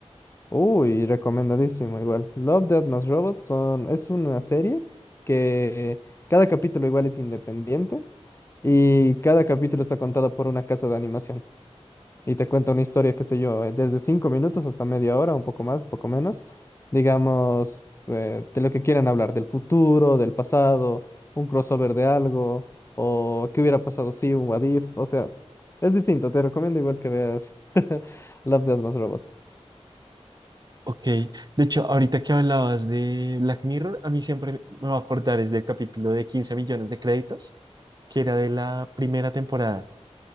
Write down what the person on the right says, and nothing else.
Ok. De hecho, ahorita que hablabas de Black Mirror, a mí siempre me va a acordar es del capítulo de 15 millones de créditos, que era de la primera temporada.